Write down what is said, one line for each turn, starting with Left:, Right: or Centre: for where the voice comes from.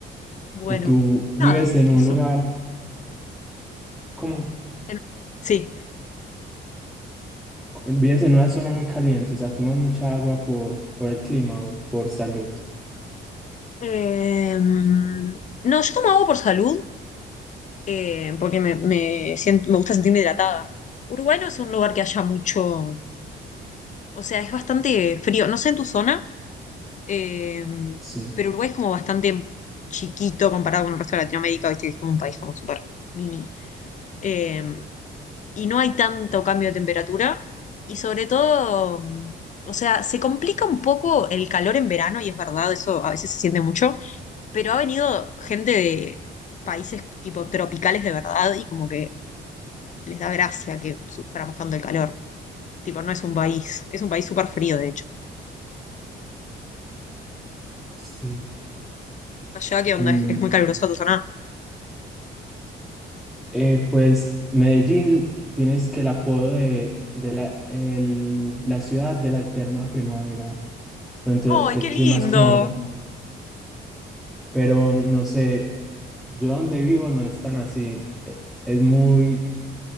Left: Bueno,
Centre: ¿Y tú
Left: nada,
Centre: vives en
Left: eso.
Centre: un lugar, como,
Left: En- Sí.
Centre: vives en una zona muy caliente, o sea, tomas mucha agua por, por el clima o por salud?
Left: Eh, no, yo tomo agua por salud eh, porque me, me siento, me gusta sentirme hidratada. Uruguay no es un lugar que haya mucho, o sea, es bastante frío. No sé en tu zona. Eh,
Centre: Sí.
Left: pero Uruguay es como bastante chiquito comparado con el resto de Latinoamérica, ¿viste? Que Es como un país como súper mini. Eh, y no hay tanto cambio de temperatura. Y sobre todo, mm, o sea, se complica un poco el calor en verano, y es verdad, eso a veces se siente mucho, pero ha venido gente de países tipo tropicales de verdad y como que les da gracia que suframos tanto el calor. Tipo, no es un país, es un país súper frío, de hecho.
Centre: Sí.
Left: Allá, ¿qué onda?
Centre: Mm,
Left: ¿Es, es muy calurosa tu zona?
Centre: eh, pues Medellín tienes que el apodo de, de la, el- la ciudad de la eterna primavera. Pero entonces
Left: ¡Ay,
Centre: el
Left: qué
Centre: clima
Left: lindo!
Centre: es como, pero no sé, yo donde vivo no es tan así. e- Es muy,